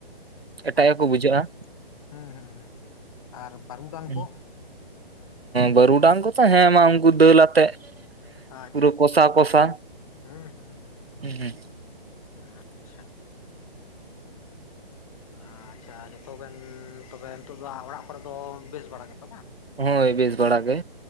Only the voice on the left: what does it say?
ᱟᱪᱪᱷᱟ
ᱟᱪᱪᱷᱟ ᱦᱩᱸ ᱦᱩᱸ, ᱟᱨ ᱵᱟᱨᱩᱰᱟᱝ
ᱠᱚ?
ᱟᱪᱪᱷᱟ
ᱟᱪᱪᱷᱟ
ᱟᱪᱪᱷᱟ
ᱦᱩᱸ ᱦᱩᱸ ᱦᱩᱸ
ᱟᱪᱪᱷᱟ, ᱟᱪᱪᱷᱟ ᱡᱚᱛᱚ ᱜᱮ ᱛᱚᱵᱮ ᱱᱤᱛᱚᱜ ᱫᱚ ᱚᱲᱟᱜ ᱠᱚᱨᱮ ᱫᱚ ᱵᱮᱥ ᱵᱟᱲᱟ ᱜᱮᱛᱚ ᱵᱟᱝ?